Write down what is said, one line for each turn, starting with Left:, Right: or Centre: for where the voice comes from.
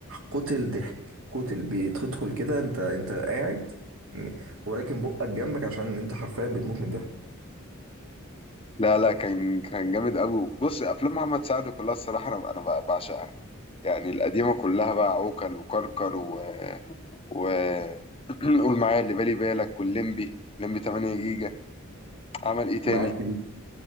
Right: قتل ضحك قتل بتدخل كده انت انت قاعد م- وراكن بقك جنبك عشان انت حرفيا بتموت من الضحك
Left: لا لا كان كان جامد قوي بص افلام محمد سعد كلها الصراحه انا انا بعشقها يعني القديمة كلها بقى عوكل وكركر و, و... <clears throat> قول معايا اللي بالي بالك واللمبي لمبي 8 جيجا عمل ايه تاني
Right: معاك